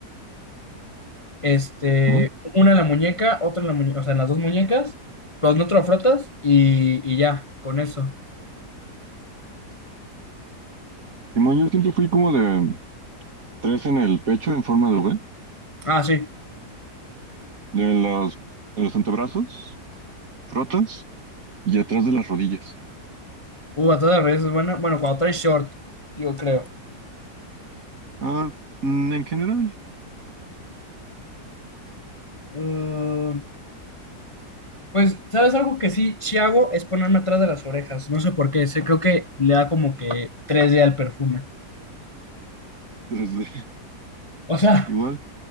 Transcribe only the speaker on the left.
Este,
una en la muñeca, otra en la muñeca, o sea, en las dos muñecas, los neutrofrotas y, y ya, con eso.
Ah, sí.
Uh, batalla de redes es buena. Bueno, cuando traes short, yo creo.
Uh, pues, ¿sabes algo que sí, sí hago? Es ponerme atrás de las orejas. No sé por qué. Sé, creo que le da como que 3D al perfume.
O sea,